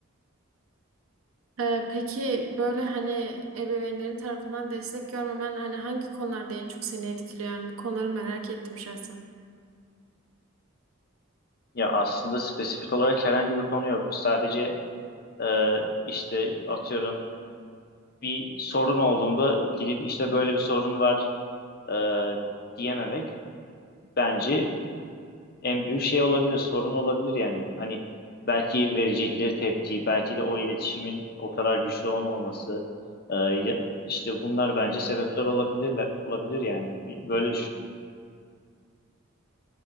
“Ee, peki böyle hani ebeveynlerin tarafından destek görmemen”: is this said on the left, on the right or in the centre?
Right